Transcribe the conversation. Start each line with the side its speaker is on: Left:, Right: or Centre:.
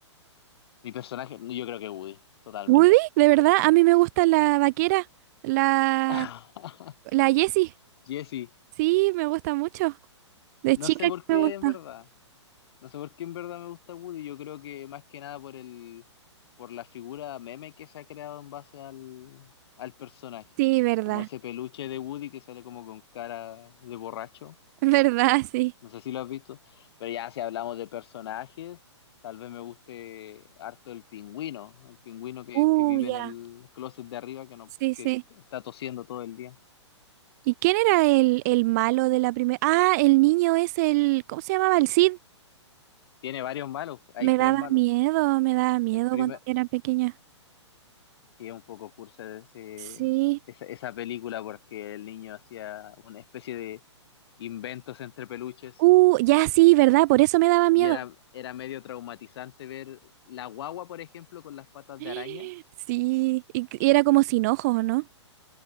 Left: Mi personaje, yo creo que Woody, totalmente.
Right: Woody, de verdad, a mí me gusta la vaquera, la,
Left: <laughs>
Right: la Jessie.
Left: Jesse,
Right: Sí, me gusta mucho. De
Left: no
Right: chica
Left: sé por
Right: que
Left: qué
Right: me gusta.
Left: en verdad. No sé por qué en verdad me gusta Woody, yo creo que más que nada por el, por la figura meme que se ha creado en base al, al personaje.
Right: Sí, verdad,
Left: Como ese peluche de Woody que sale como con cara de borracho.
Right: <laughs> verdad, sí.
Left: No sé si lo has visto. Pero ya si hablamos de personajes, tal vez me guste harto el pingüino. El pingüino que,
Right: Uh,
Left: que vive
Right: ya.
Left: en el closet de arriba que no,
Right: Sí,
Left: que
Right: sí.
Left: está tosiendo todo el día.
Right: ¿Y quién era el, el malo de la primera? Ah, el niño es el... ¿Cómo se llamaba? El Cid.
Left: Tiene varios malos, hay
Right: Me
Left: tres
Right: daba
Left: malos.
Right: miedo, me daba miedo
Left: El primer
Right: cuando era pequeña.
Left: Sí, es un poco cursa de ese-
Right: Sí.
Left: esa, esa película porque el niño hacía una especie de inventos entre peluches
Right: Uh, ya sí, ¿verdad? Por eso me daba miedo.
Left: y era, era medio traumatizante ver la guagua, por ejemplo, con las patas
Right: <gasps>
Left: de araña.
Right: Sí, y, y era como sin ojos, ¿o ¿no?